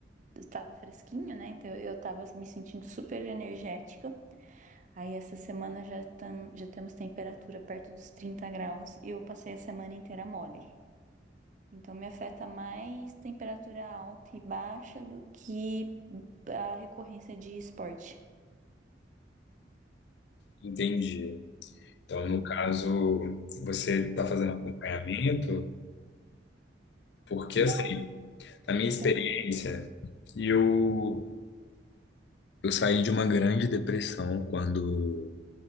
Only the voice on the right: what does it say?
estava fresquinho, né? Então eu estava me sentindo super energética. Aí essa semana já, tam, já temos temperatura perto dos 30 graus e eu passei a semana inteira mole. Então me afeta mais temperatura alta e baixa do que a recorrência de esporte.
Uhum.
Não.
Uh,